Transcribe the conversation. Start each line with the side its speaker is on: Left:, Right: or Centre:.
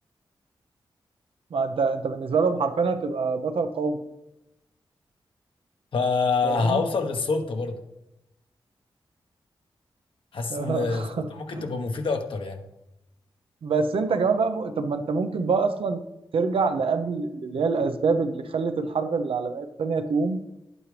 Right: ما انت انت بالنسبه لهم حرفيا هتبقى بطل قومي
Left: فهوصل
Right: فاهمني
Left: للسلطه برضه حاسس
Right: آه.
Left: ان السلطه ممكن
Right: <laughs>
Left: تبقى مفيده اكتر يعني
Right: بس انت كمان بقى م... طب ما انت ممكن بقى اصلا ترجع لقبل اللي هي الاسباب اللي خلت الحرب العالميه الثانيه تقوم